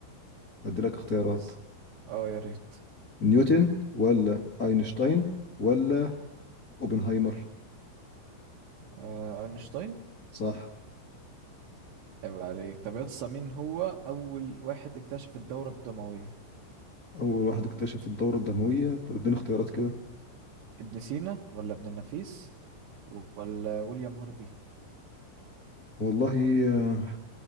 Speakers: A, on the left; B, on the right.
A: أديلك اختيارات
B: نز اه يا ريت
A: نيوتن ولا أينشتاين ولا أوبنهايمر
B: آه اينشتاين
A: صح
B: عيب عليك طب يا اسطى مين هو اول واحد اكتشف الدورة الدموية
A: اول واحد اكتشف الدورة الدموية طب اديني اختيارات كده
B: ابن سينا ولا ابن النفيس ولا ويليام هارفي
A: والله اه